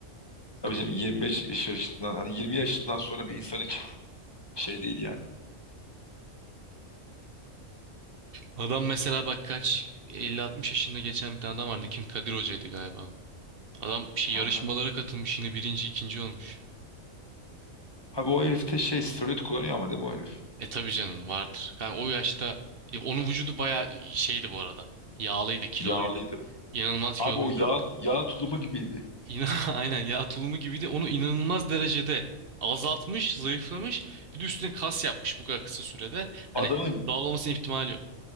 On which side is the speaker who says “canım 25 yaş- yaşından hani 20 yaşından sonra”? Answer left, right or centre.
Left